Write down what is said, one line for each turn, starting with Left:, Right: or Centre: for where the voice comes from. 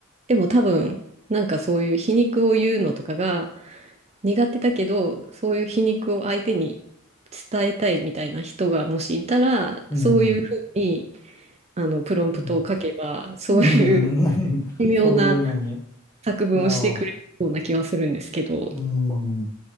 Right: でも多分、なんかそういう皮肉を言うのとかが苦手だけど、そういう皮肉を相手に伝えたいみたいな人がもしいたら、
Left: うん。
Right: そういうふうに、
Left: う
Right: あの、プロンプトを書けば、
Left: ん。
Right: そういう
Left: うん <laughs>
Right: 微妙な
Left: そういうのに。
Right: 作文をしてくれそうな気はするんですけど、
Left: いやー、うん。